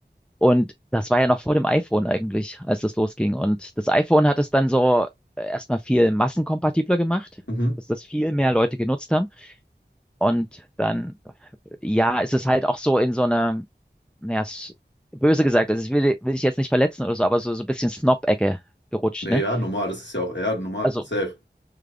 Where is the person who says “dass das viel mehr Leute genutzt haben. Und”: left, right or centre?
Centre